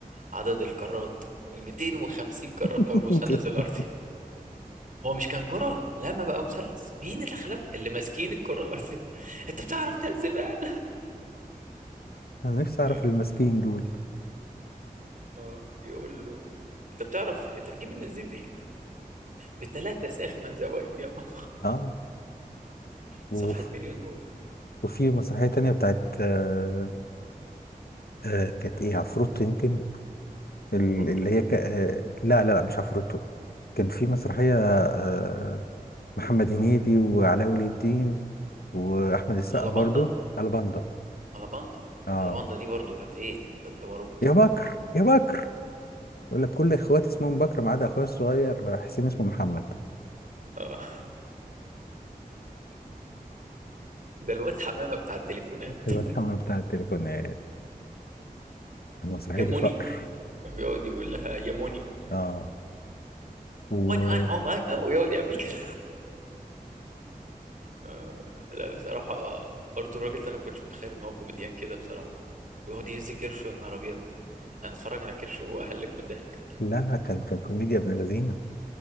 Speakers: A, on the right; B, on the left.
A: عدد الكرات ال 250 كرة
B: <laughs>
A: بتوع المثلث الارضي هو مش كان كرة لا ما بقى مثلث مين اللي خلاهم اللي ماسكين الكرة الارضية <laughs> انت بتعرف ناس زبالة
B: انا نفسي اعرف
A: اه
B: المسكين دول
A: <laughs> آه، يقول له انت بتعرف انت بتجيب الناس دي منين؟ بتلاتة ساخنة زوايد يا ماما
B: اه وف-
A: صفحة مليون
B: وفي مسرحية تانية بتاعت آه، آه كانت ايه عفروتو يمكن ال-
A: وفروتو
B: اللي هي ك... آه لا لا لا مش عفروتو كان في مسرحية آه محمد هنيدي وعلاء ولي الدين واحمد السقا
A: على
B: برضو
A: باندا
B: الباندا
A: على باندا
B: اه
A: على باندا دي برضو كانت ايه كانت جبروت
B: يا بكر يا بكر يقول لك كل اخواتي اسمهم بكر ما عدا اخويا الصغير حسين اسمه محمد
A: اه ده الواد حمامه بتاع التليفونات
B: الواد محمد بتاع التليفونات المسرحية
A: يا موني
B: دي فقر
A: كان بيقعد يقول لها يا موني
B: اه و
A: وين هاي هو هاي أو ويقعد يعمل كده آه، لا بصراحه برضو الراجل ده انا ما كنتش متخيل ان هو كوميديان كده بصراحه ويقعد يهز كرشه يا نهار ابيض انا اتفرج على كرشه واهلك من الضحك
B: لا لا كان كان كوميديا ابن لذينه